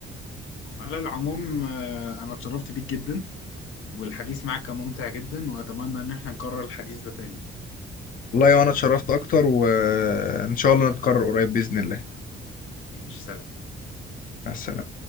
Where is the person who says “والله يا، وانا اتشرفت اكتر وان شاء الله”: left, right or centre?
Left